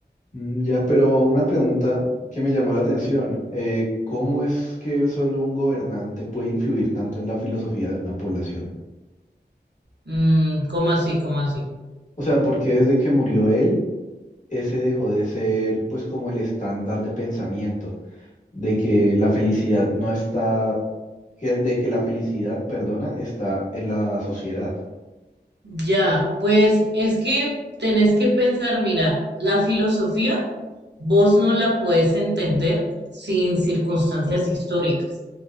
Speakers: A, on the left; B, on the right.
A: mm, ya, pero una pregunta que me llamó la atención. eh, ¿cómo es que solo un gobernante puede influir tanto en la filosofía de una población?
B: Mm, ¿cómo así? ¿Cómo así?
A: O sea, ¿por qué desde que murió él, ese dejó de ser pues como el estándar de pensamiento? De que la felicidad no está, que- de que la felicidad, perdona, está en la sociedad.
B: Ya, pues es que tenés que pensar, mira, la filosofía vos no la podés entender sin circunstancias históricas.